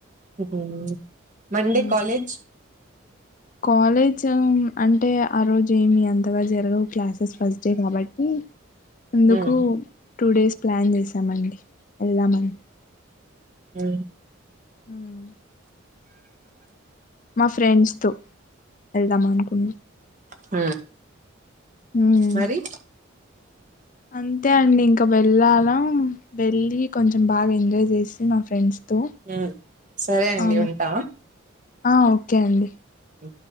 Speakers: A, on the right (about 40°); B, on the left (about 40°).
A: <unintelligible> మండే
B: ఉమ్
A: కాలేజ్
B: కాలేజ్ అంటే ఆ రోజు ఏమి ఎంతగా జరగవ్ క్లాసెస్ ఫస్ట్ డే కాబట్టి ముందుకు
A: మ్మ్
B: టూ డేస్ ప్లాన్ చేసామండి. ఏళ్ళమని
A: అ
B: హ్మ్ మా ఫ్రెండ్స్ తో వెళ్దాం అనుకున్నా
A: హ
B: ఉమ్
A: మరి
B: అంతే అండి ఇంకా వెళ్ళాల వెళ్లిి కొంచెం బాగా ఎంజాయ్ చేసి నా ఫ్రెండ్స్ తో
A: మ్మ్ సరే అండి
B: ఆ
A: ఉంటా
B: ఆ ఓకే ఓకే అండి
A: ఓ